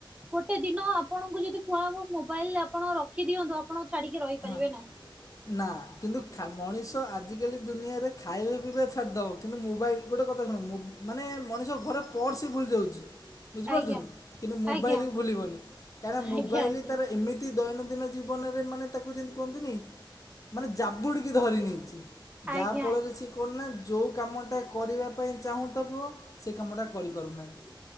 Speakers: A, on the right; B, on the left.
A: ଗୋଟେ ଦିନ ଆପଣଙ୍କୁ ଯଦି କୁହାହବ ମୋବାଇଲ ଆପଣ ରଖିଦିଅନ୍ତୁ ଆପଣ ଛାଡିକି ରହିପାରିବେ
B: ହଁ
A: ନାହିଁ।
B: ନା କିନ୍ତୁ ମଣିଷ ଆଜିକାଲି ଦୁନିଆରେ ଖାଇବା ପିଇବା ଛାଡ଼ିଦବ କିନ୍ତୁ ମୋବାଇଲ୍ ଗୋଟେ କଥା ଶୁଣ ମାନେ ମଣିଷ ଘରେ ପସ୍ ବି ଭୁଲି ଯାଉଛି। ବୁଝିପାରୁଛନ୍ତି
A: ଆଜ୍ଞା
B: କିନ୍ତୁ ମୋବାଇଲ
A: ଆଜ୍ଞା
B: ଭୁଲିବନି କାହିଁକି ମୋବାଇଲ୍
A: ଆଜ୍ଞା
B: ତାର ଏମିତି ଦୈନନ୍ଦିନ ଜୀବନରେ ମାନେ ତାକୁ ଜେନ୍ତି କୁହନ୍ତିନି ମାନେ ଜାବୁଡ଼ିକି ଧରିନେଇଛି
A: ଆଜ୍ଞା
B: ଯାହା ଫଳରେ ସି କଣ ନା ଯୋଉ କାମଟା କରିବା ପାଇଁ ଚାହୁଁ ଥିବ ସେ କାମଟା କରିପାରୁନାହିଁ